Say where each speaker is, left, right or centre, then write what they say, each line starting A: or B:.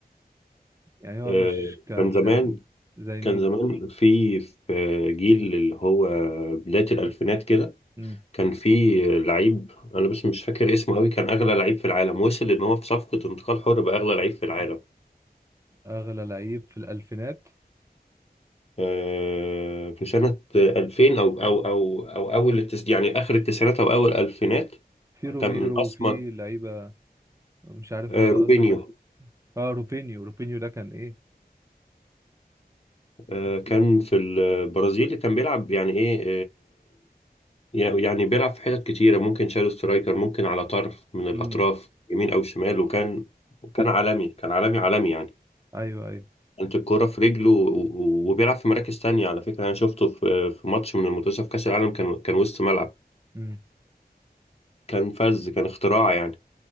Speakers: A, on the right (about 20°); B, on the left (about 40°).
A: يعني هو
B: آه،
A: مش كمثال
B: كان زمان
A: زي مين
B: كان زمان في في جيل اللي هو بداية الألفينات كده
A: مم.
B: كان في لعيب أنا بس مش فاكر اسمه قوي كان أغلى لعيب في العالم وصل إن هو في صفقة انتقال حر بأغلى لعيب في العالم
A: اغلى لعيب في الالفينات
B: آه، في سنة 2000 أو أو أو أو أول التس... يعني آخر التسعينات أو أول الألفينات
A: في روميرو
B: كان أسمر
A: وفي لعيبه مش عارف
B: آه،
A: هو ده
B: روبينيو
A: قصدك عليه اه روبينيو روبينيو ده كان ايه
B: آه، كان في البرازيل كان بيلعب يعني إيه آه، يعني بيلعب في حتت كتيرة ممكن شادو سترايكر ممكن على طرف من الأطراف
A: امم
B: يمين أو شمال وكان كان عالمي كان عالمي عالمي يعني
A: ايوه ايوه
B: كانت الكرة في رجله و- و- وبيلعب في مراكز تانية على فكرة أنا شفته في في ماتش من المنتخب في كأس العالم كان كان وسط ملعب
A: امم
B: كان فذ كان اختراع يعني